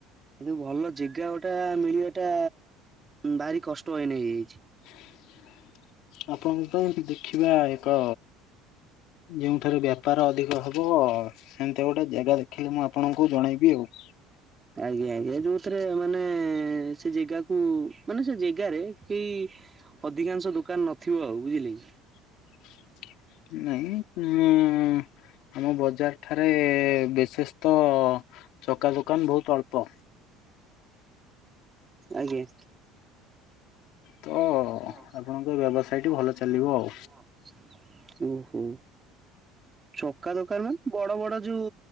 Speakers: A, on the right; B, on the left.
A: କିନ୍ତୁ ଭଲ ଜିଗା ଗଟା ମିଳିବା ଟା ଭାରି କଷ୍ଟ ଆହିନେ ହେଇ
B: <unintelligible> ଆପଣଙ୍କ ତ ଏ ଦେଖିବା ଏକ ଯେଉଁ ଥରେ ବେପାର ଅଧିକ ହବ ସେମିତି ଗୋଟେ ଜାଗା ଦେଖିଲେ ମୁଁ ଆପଣଙ୍କୁ ଜଣେଇବି ଆଉ। <unintelligible>
A: ଆଜ୍ଞା ଆଜ୍ଞା ଯୋଉଥିରେ ମାନେ ସେ ଜାଗାକୁ ମାନେ ସେ ଜେଗାରେ କେହି ଅଧିକାଂଶ ଦୋକାନ ନଥିବ ଆଉ ବୁଝିଲେ କି।
B: <unintelligible> ନାଇଁ ଉଁ ଆମ ବଜାର ଠାରେ ବେଶେଷ ତ ଚକା ଦୋକାନ ବହୁତ ଅଳ୍ପ।
A: ଆଜ୍ଞା।
B: ତ
A: ହ <unintelligible>
B: ଆପଣଙ୍କ ବ୍ୟବସାୟ ଟି ଭଲ ଚାଲିବ ଆଉ
A: ଓହୋ। ଚକା ଦୋକାନ ବଡ ବଡ ଯୋଉ